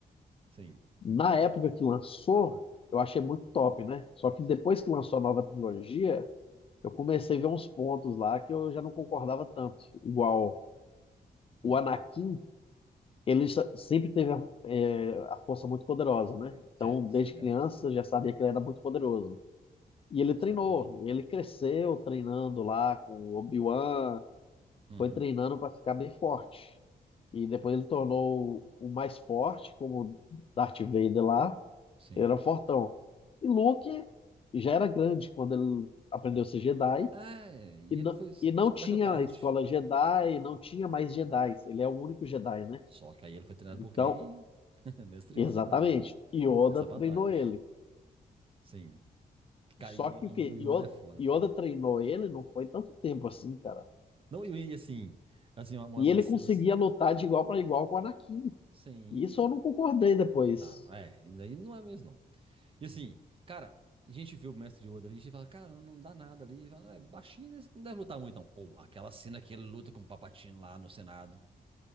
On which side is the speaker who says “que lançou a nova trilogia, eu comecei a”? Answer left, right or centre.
Left